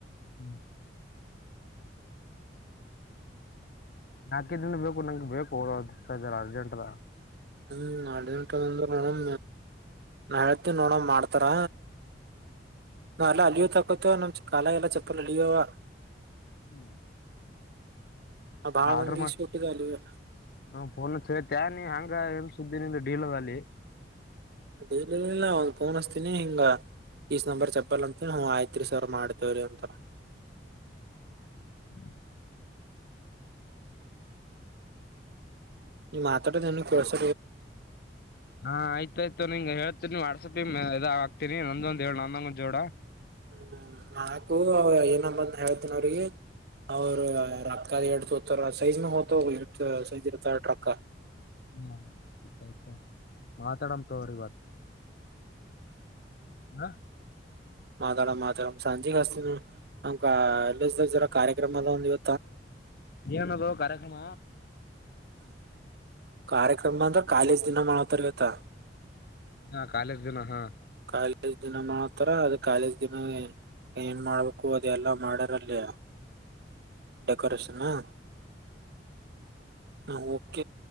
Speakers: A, on the left; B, on the right.
A: ಹು ನಾಕೇ ದಿನ ಬೇಕು ನಂಗೆ ಬೇಕು ಜರಾ ಅರ್ಜೆಂಟದ
B: ಹು ಅಡಂಟ ಅಂದ ನೋಡಮ ನಾ ಹೇಳ್ತೇ ನೋಡ ಮಾಡ್ತಾರ ನಾವ ಎಲ್ಲ ಅಲಿಯೋತಲುಪೋತ್ತೋ ನಮ ಕಾಲ ಎಲ್ಲ ಚಪ್ಪಲ್ಲ ಅಲಿಯೋವ
A: ಹು
B: ಬಾಳ
A: ಆರ್ಡ್ರ
B: ಮಂದಿ
A: ಮಾಡ
B: ಸುಟ್ಟಿದ ಅಲಿವ
A: ಹು ಫೋನ್ ಹಚ್ಚಿ ಹೇಳತಿಯಾ ಹೆಂಗ ಸುದ್ದಿನಿಂದ ಢೀಳಾಲಿ.
B: ಡೈಲಲ್ಲ ಒಂದು ಫೋನ್ಸ್ತೀನಿ ಹಿಂಗ. ಪೀಸ್ ನಂಬರ್ ಚಪ್ಪಲ್ಂತ ನಾ್ ಆಯ್ತ್ರಿ ಸರ್ ಮಾಡ್ತೇವ್ರಿ ಅಂತಾರ.
A: ಹ್ಮ್.
B: ನೀ ಮಾತ್ರಡ ನಿನ ಕೆಳಸ.
A: ಹಾ ಆಯ್ತಾಯಯ್ತು ನಿನ್್ ಹೇಳ್ತೀನಿ ವಾಟ್ಸಪ್ಿ ಇದ ಹಾತನಿ ನಂದೊಂದ್ ಹೇಳ ನಂದೊಂಗೊ್ ಜೋಡ.
B: ಹ್ಮ್ ನಾಕು ಏನಂಬಂದ ಹೇಳ್ತನ ಅವ್ರಿಗೆ. ಅವ್ರ ರತ್ ಕಾಲ ಎಡ್ಡು ಹೋತಾರ ಸೈಜ್ ಮ ಹೋ್ತ ಎ ಸೈಜ್ ಇರ್ತಾರ ಟ್ರಕ್.
A: ಹ್ಮ ಆಯ್ತ ಆಯ್ತ ಮಾತಾಡಮ ತೋ್ರಿ ಇವತ್ತು. ಹಾ.
B: ಮಾತಾಡ ಮಾತಾಡ ಸಂಜೆ ಹಸ್ತಿನ ನಮ್ ಎಲ್ಲರ ಕಾರ್ಯಕ್ರಮ ಅದ ಒಂದ್ ಇವ.
A: ಏನದು ಕಾರ್ಯಕ್ರಮ.
B: ಕಾರ್ಯಕ್ರಮ ಅಂದ್ರ ಕಾಲೇಜ್ ದಿನ ಮಾಡತರ್ವತ್ತ.
A: ಹಾ ಕಾಲೇಜ್ ದಿನ ಹಾ
B: ಕಾಲ ದಿನ ಮಾಡ. ತರ ಅದ ಕಾಲೇಜ್ ದಿನ ಏನ್ ಮಾಡ್ಬೇಕು ಅದೆ ಎಲ್ಲಾ ಮಾಡ್ಯಾರಲ್ಲಿಯ. ಡೆಕೋರೇಷನ್ ಹ. ನಾ ಹೋಗಕ